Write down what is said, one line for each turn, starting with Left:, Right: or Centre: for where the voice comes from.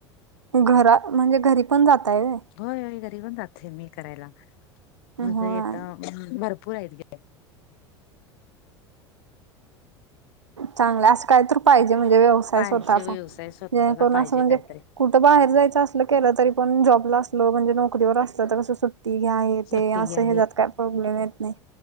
Right: घरा म्हणजे घरी पण जाताय वय.
Left: होय घरी पण जातोय मी करायला म्हणजे
Right: होय.
Left: येत भरपूर आहेत गे.
Right: चांगलं असं काय तर पाहिजे म्हणजे व्यवस <unintelligible>
Left: पाहिजे
Right: स्वतः
Left: व्यवसाय
Right: जेणेकरून
Left: स्वतःचा पाहिजे
Right: अस म्हणजे
Left: काहीतरी
Right: कुठ बाहेर जायचं अस केलं तरी पण जॉबला असलो म्हणजे नोकरीवर असता तर कसं सुट ती घ्या हे
Left: सुट्टी
Right: ते असं
Left: घ्या
Right: हच्यात काय प्रॉब्लेम येत नाही.